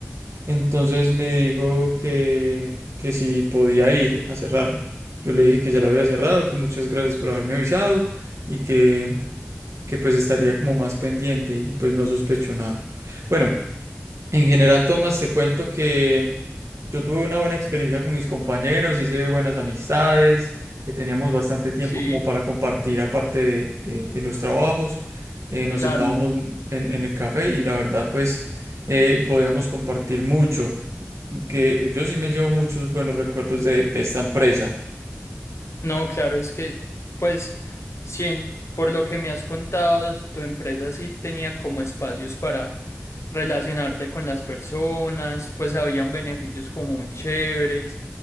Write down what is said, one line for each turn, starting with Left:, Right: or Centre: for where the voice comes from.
Right: Entonces me dijo que, que si podía ir a cerrarla. Yo le dije que ya la había cerrado, que muchas gracias por haberme avisado y que, que pues estaría como más pendiente y pues no sospechó nada. Bueno. En general, Tomás, te cuento que yo tuve una buena experiencia con mis compañeros, hice buenas amistades, eh, teníamos bastante tiempo
Left: Sí,
Right: como para compartir aparte de, de- de los trabajos, eh, nos
Left: claro.
Right: sentábamos en, en el café y la verdad pues eh, podíamos compartir mucho, que yo sí me llevo muchos buenos recuerdos de de esta empresa.
Left: No, claro, es que, pues, si en- por lo que me has contado, tu empresa sí tenía como espacios para relacionarte con las personas, pues habían beneficios como muy chéveres,